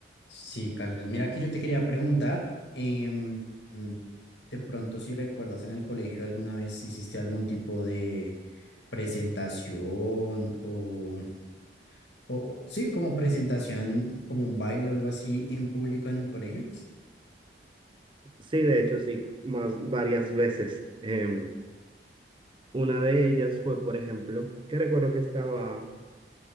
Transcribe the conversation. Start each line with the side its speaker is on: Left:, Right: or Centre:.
Left: Sí, Carlos, mira que yo te quería preguntar, em, mm, de pronto si recuerdas en el colegio alguna vez si hiciste algún tipo de presentación o, o- o- sí, como presentación, como un baile o algo así en público en el colegio.
Right: Sí, de hecho, sí, más varias veces. Em, una de ellas fue, por ejemplo, que recuerdo que estaba,